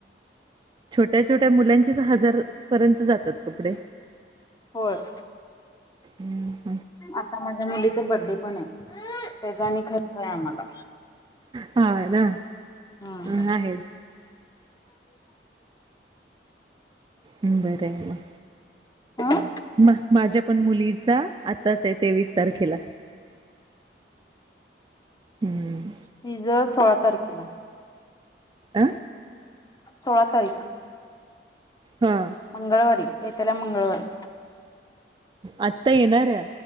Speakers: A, on the right (about 25°); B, on the left (about 20°).
A: छोट्या छोट्या मुलांचेच हजार पर्यंत जातात कपडे.
B: होय.
A: हम्म
B: आता माझ्या मुलीचा बड्डे पण आहे त्याचा आणि खर्च आहे आम्हाला
A: हा ना
B: हं
A: अं आहेच बर आहे म
B: हा
A: म माझ्या पण मुलीच आताच आहे तेवीस तारखेला हम्म
B: पिझ <unintelligible> सोळा तारखेला
A: आं
B: सोळा तारीख
A: हा
B: मंगळवारी येत्या मंगळवारी
A: आत्ता येणाऱ्या